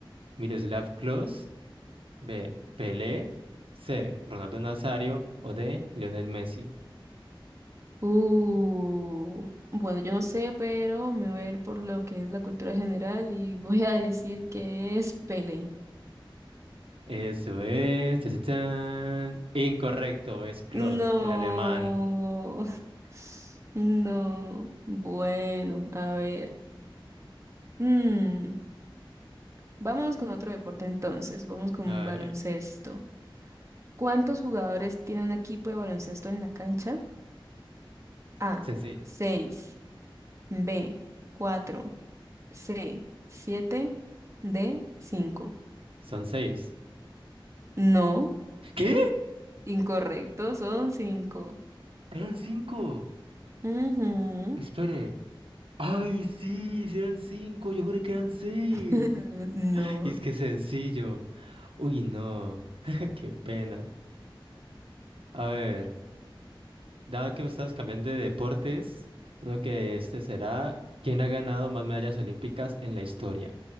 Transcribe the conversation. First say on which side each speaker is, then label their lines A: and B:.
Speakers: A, on the right (about 85°); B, on the right (about 30°).
A: Miroslav Klose. B. Pelé. C. Ronaldo Nazario. O D. Lionel Messi.
B: Uh. Bueno, yo no sé, pero me voy a ir por lo que es la cultura general y <laughs> voy a decir que es Pele.
A: Eso es. tachachán. Incorrecto, es Klose,
B: No.
A: el alemán.
B: <laughs> <sighs> No. Bueno, a ver. Mm. Vamos con otro deporte entonces. Vamos con
A: A
B: baloncesto.
A: ver,
B: ¿Cuántos jugadores tiene un equipo de baloncesto en la cancha? A,
A: sencillo.
B: seis, B, cuatro, C, siete, D, 5.
A: Son seis.
B: No,
A: ¿Qué?
B: incorrecto, son 5.
A: Eran cinco.
B: <laughs>
A: Espere. Ay, sí, sí eran cinco, yo juré que eran seis.
B: No.
A: Y es que es sencillo. Uy, no, <laughs> qué pena. A ver, dado que estamos cambiando de deportes, uno que este será, ¿quién ha ganado más medallas olímpicas en la historia?